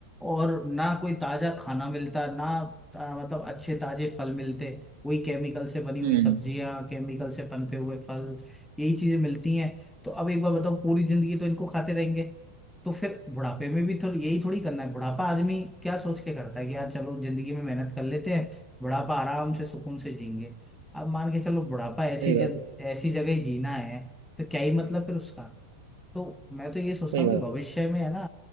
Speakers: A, in the centre; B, on the right (about 50°).
A: और ना कोई ताजा खाना मिलता ना ता, मतलब अच्छे ताजे फल मिलते वही केमिकल से बनी हुई
B: हम्म
A: सब्जियां केमिकल से पनपे हुए फल यही चीजें मिलती हैं तो अब एक बार बताओ पूरी जिंदगी तो इनको खाते रहेंगे तो फिर बुढ़ापे में भी तो यही थोड़ी करना है बुढ़ापा आदमी क्या सोच के करता है कि यार चलो जिंदगी में मेहनत कर लेते हैं बुढ़ापा आराम से सुकून से जिएंगे अब मान के चलो बुढ़ापा ऐसी
B: सही
A: जग,
B: बात है
A: ऐसी जगह ही जीना है तो क्या ही मतलब फिर उसका तो मैं तो ये सोचता
B: सही
A: हूँ
B: बात
A: कि भविष्य में है ना